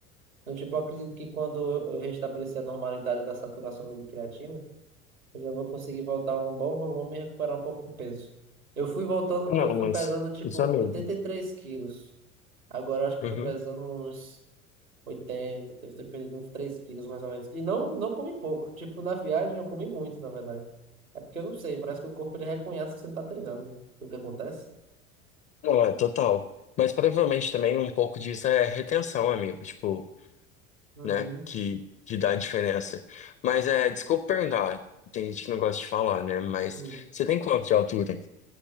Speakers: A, on the right; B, on the left.
A: Então, tipo, eu acredito que quando eu eu restabelecer a normalidade da saturação da creatina, eu já vou conseguir voltar a um bom volume e recuperar um pouco do peso. Eu fui voltando,
B: Ah, Não,
A: eu fui
B: mas
A: pesando, tipo,
B: isso é medo.
A: 83 quilos. Agora eu acho que
B: Uhum.
A: tô pesando uns 80, deve ter perdido uns 3 quilos mais ou menos. E não, não comi pouco. Tipo, na viagem eu comi muito, na verdade. É porque eu não sei, parece que o corpo ele reconhece que você não tá treinando. né? O que acontece?
B: Não, é total. Mas provavelmente também um pouco disso é retenção, amigo. Tipo,
A: Uhum.
B: né? Que, que dá a diferença. Mas é, desculpa perguntar. Tem gente que não gosta de falar, né? Mas
A: Uhum.
B: você tem quanto de altura?